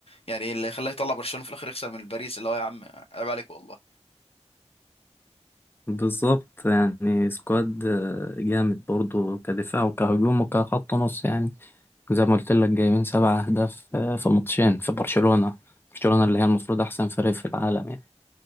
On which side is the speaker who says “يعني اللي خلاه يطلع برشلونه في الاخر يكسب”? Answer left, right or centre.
Left